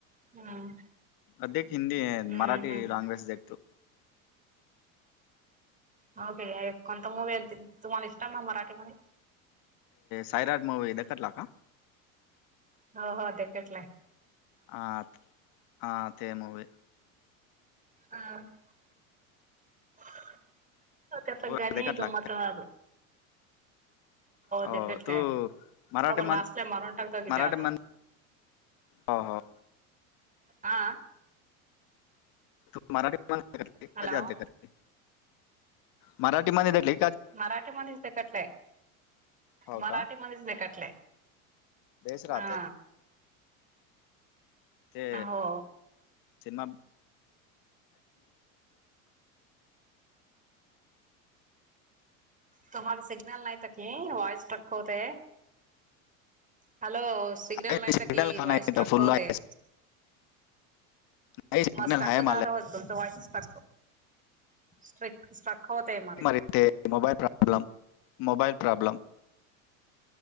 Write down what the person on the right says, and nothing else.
हम्म
हम्म
हम्म
होके कोणता मूवी तुम्हाला इस् ना मराठी म
हो हो ते पटलाय
हह तेप
गणे
गमत
हा
ते कटले
आपण
लास्टला मारून टाकतो कि
ते आता
हां
हॅलो
मराठीमध्येच कटलंय
मराठी
मणसले काटले
हा
हो
तुम्हाला सिग्नल नाहीत की व्हॉइस ट्रक होतय, हॅलो. सिग्नल
नाहीत की
वाईस
ट्रक
होतय.
मा स्ट्रक
काल
होत तुमच्या वाईस स्ट्रक, स्ट्र स्ट्रक होतय म.